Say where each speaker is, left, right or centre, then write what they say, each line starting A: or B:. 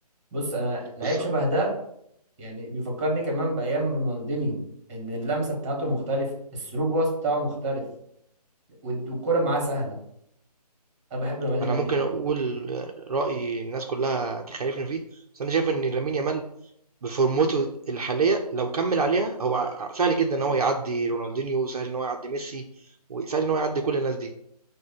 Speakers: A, on the right; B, on the right.
A: بص انا لعيب
B: بالظبط
A: شبه ده يعني بيفكرني كمان بايام رونالدينيو ان اللمسه بتاعته مختلفه الثرو باص بتاعه مختلف والد- والكره معاه سهله انا بحب نوعيه
B: انا
A: اللعيبه
B: ممكن
A: دي
B: اقول رأي الناس كلها تخالفني فيه بس انا شايف ان لامين يامال بفورمته الحالية لو كمل عليها هو سهل جدا ان هو يعدي رونالدينيو سهل ان هو يعدي ميسي وسهل ان هو يعدي كل الناس دي